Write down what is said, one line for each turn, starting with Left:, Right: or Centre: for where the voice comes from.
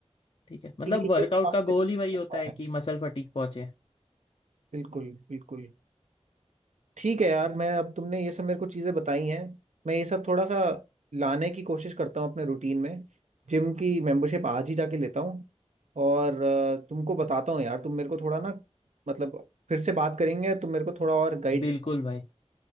Left: ठीक है मतलब
Right: ठीक है
Left: वर्कआउट
Right: ये काफी
Left: का गोल
Right: अच्छा
Left: ही वही होता है
Right: है।
Left: कि मसल फटीक पहुंचे
Right: बिल्कुल बिल्कुल ठीक है यार मैं अब तुमने ये सब मेरे को चीज़ें बताई हैं मैं ये सब थोड़ा सा लाने की कोशिश करता हूँ अपने रूटीन में जिम की मेंबरशिप आज ही जाके लेता हूँ और अ, तुमको बताता हूँ यार तुम मेरे को थोड़ा ना मतलब फिर से बात करेंगे तुम मेरे को थोड़ा और गाइड
Left: बिल्कुल
Right: कर
Left: भाई